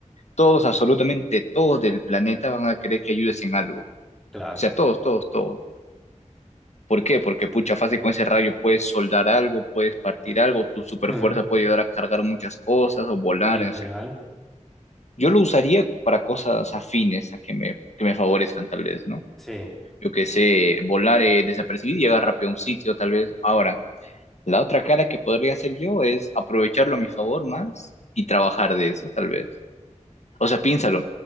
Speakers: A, on the left; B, in the centre.
A: todos, absolutamente todos del planeta van a querer que ayudes en algo. O
B: claro.
A: sea, todos, todos, todos. ¿Por qué? Porque pucha, fácil con ese rayo puedes soldar algo, puedes partir algo, tu super
B: Ujú,
A: fuerza puede ayudar a cargar muchas cosas o volar,
B: literal.
A: o sea. Yo lo usaría para cosas afines a que me, que me favorezcan, tal vez, ¿no?
B: Sí,
A: Yo que sé, volar eh, desapercibido y llegar rápido a un sitio, tal vez. Ahora, la otra cara que podría hacer yo es aprovecharlo a mi favor más y trabajar de eso, tal vez. O sea, piénsalo.